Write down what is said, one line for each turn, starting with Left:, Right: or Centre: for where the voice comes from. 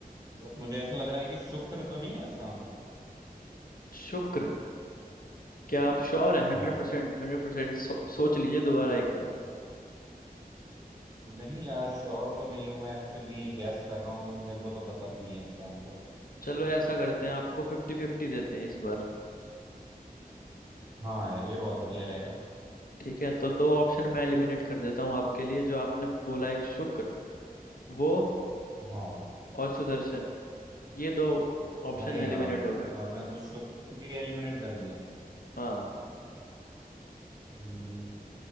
Right: बट मुझे ऐसा लग रहा है कि शुक्र तो नहीं है इसका आंसर
Left: शुक्र क्या आप श्योर हैं हंड्रेड
Right: हाँ
Left: परसेंट हंड्रेड परसेंट सो, सोच लीजिए दोबारा एक बार
Right: नहीं यार श्योर तो नहीं हूँ मैं एक्चुअली ये गैस कर रहा हूँ क्योंकि मेरे को तो पता भी नहीं है इसका आंसर
Left: चलो ऐसा करते हैं आपको फिफ्टी फिफ्टी देते हैं इस बार
Right: हाँ यार ये बहुत बढ़िया रहेगा
Left: ठीक है तो दो ऑप्शन मैं एलिमिनेट कर देता हूँ आपके लिए जो आपने बोला एक शुक्र वो
Right: हाँ
Left: और सुदर्शन ये दो ऑप्शन
Right: अरे यार
Left: एलिमिनेट हो गए
Right: आपने तो शुक्र ही एलिमिनेट कर दिया
Left: हाँ
Right: हम्म,